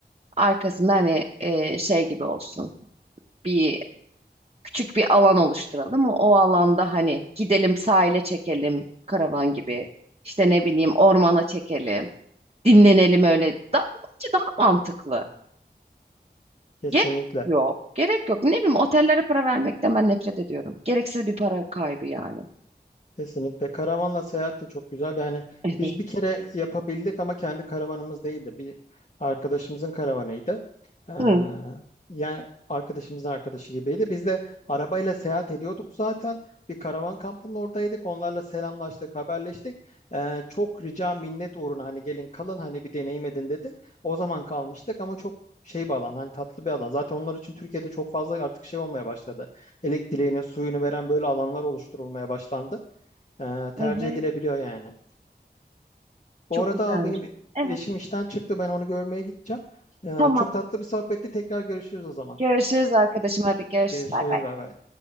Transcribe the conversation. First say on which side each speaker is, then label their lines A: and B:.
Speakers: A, on the right; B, on the left.
A: Arkasında hani e, şey gibi olsun bir küçük bir alan oluşturalım o, o alanda hani gidelim sahile çekelim karavan gibi işte ne bileyim ormana çekelim dinlenelim öyle da, bence daha mantıklı.
B: Kesinlikle.
A: Gerek yok. Gerek yok. Ne bileyim otellere para vermekten ben nefret ediyorum. Gereksiz bir para kaybı yani.
B: Kesinlikle. Karavanla seyahat de çok güzel. Yani
A: Evet.
B: biz bir kere yapabildik ama kendi karavanımız değildi. Bir arkadaşımızın karavanıydı. Ee,
A: Hı.
B: yani arkadaşımızın arkadaşı gibiydi. Biz de arabayla seyahat ediyorduk zaten. Bir karavan kampının oradaydık. Onlarla selamlaştık, haberleştik. Ee, çok rica minnet uğruna hani gelin kalın hani bir deneyim edin dedi. O zaman kalmıştık ama çok şey bir alan hani tatlı bir alan. Zaten onlar için Türkiye'de çok fazla artık şey olmaya başladı. Elektriğini, suyunu veren böyle alanlar oluşturulmaya başlandı. Ee,
A: Evet.
B: tercih edilebiliyor yani.
A: Çok
B: Bu arada
A: güzelmiş.
B: benim
A: Evet.
B: eşim işten çıktı. Ben onu görmeye gideceğim. Ee,
A: Tamam.
B: çok tatlı bir sohbetti. Tekrar görüşürüz o zaman.
A: Görüşürüz arkadaşım. Hadi görüşürüz.
B: Görüşürüz.
A: Bay bay.
B: Bay bay.